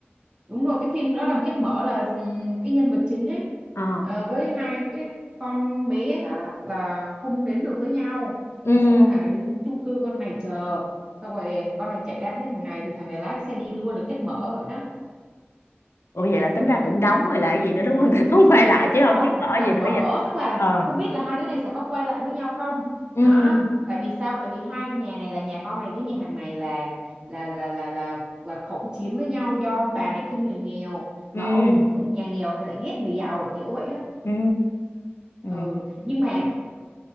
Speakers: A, on the right (about 20°); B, on the left (about 80°).
A: đúng rồi cái phim đó làm kết mở là ừm, cái nhân vật chính ấy
B: Ờ.
A: ờ, với hai cái con bé đó là không đến được với nhau
B: Ừ.
A: là xong rồi hàng này đứng chung cư con này chờ xong rồi con này chạy ra thấy thằng này thì thằng này lái xe đi luôn là kết mở vậy đó
B: Ủa vậy là tính ra cũng đóng rồi lại gì nữa đúng không? <laughs> Không quay lại chứ
A: không
B: không chứ mở
A: là
B: gì
A: mở
B: nữa giờ.
A: tức là
B: Ờ.
A: không biết là hai đứa này sẽ có quay lại với nhau không
B: ừ
A: đó tại vì sao tại vì hai nhà này là nhà con này với nhà hàng này là là là là là là khẩu chiến với nhau do bà này khinh người nghèo mà
B: ừ
A: ông nhà nghèo thì lại ghét người giàu kiểu vậy á
B: ừ ừ
A: ừ nhưng mà